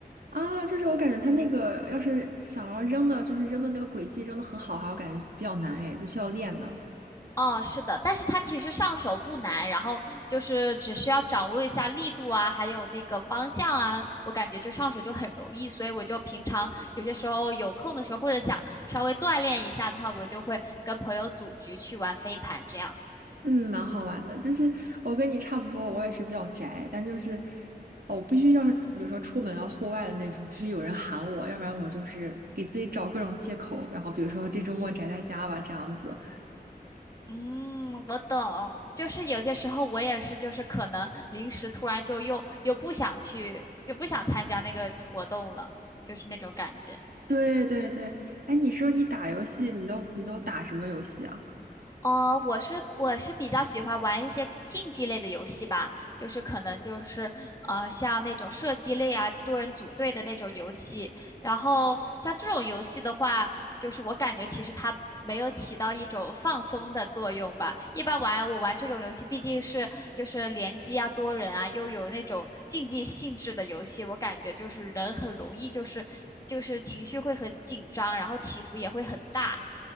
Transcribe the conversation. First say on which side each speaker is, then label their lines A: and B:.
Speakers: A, on the right (about 65°); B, on the left (about 20°).
A: 啊，就是我感觉他那个要是想要扔的，就是扔的那个轨迹扔的很好哈，我感觉比较难哎，就需要练的。
B: 哦，是的，但是它其实上手不难，然后就是只需要掌握一下力度啊，还有那个方向啊，我感觉就上手就很容易，所以我就平常有些时候有空的时候，或者想稍微锻炼一下的话，我就会跟朋友组局去玩飞盘这样。
A: 嗯，蛮好玩的，就是我跟你差不多，我也是比较宅，但就是哦，我必须要是比如说出门要户外的那种，必须有人喊我，要不然我就是给自己找各种借口，然后比如说这周末宅在家吧，这样子。
B: 嗯，我懂，就是有些时候我也是，就是可能临时突然就又又不想去，又不想参加那个活动了，就是那种感觉。
A: 对对对，哎，你说你打游戏，你都你都打什么游戏啊？
B: 哦，我是我是比较喜欢玩一些比竞技类的游戏吧，就是可能就是呃像那种射击类啊、多人组队的那种游戏。然后像这种游戏的话，就是我感觉其实它没有起到一种放松的作用吧。一般玩我玩这种游戏，毕竟是就是联机啊、多人啊，又有那种竞技性质的游戏，我感觉就是人很容易就是就是情绪会很紧张，然后起伏也会很大。